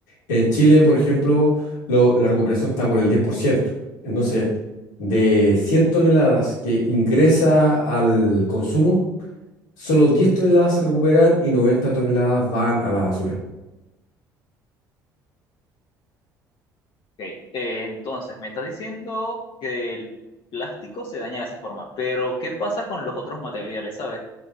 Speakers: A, on the left; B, on the left.
A: En Chile, por ejemplo, lo- la recuperación está por el diez por ciento Entonces, de 100 toneladas que ingresa al consumo, solo 10 toneladas se recuperan y 90 toneladas van a la basura.
B: Ok, eh, entonces me estás diciendo que el plástico se daña de esa forma, pero ¿qué pasa con los otros materiales, sabes?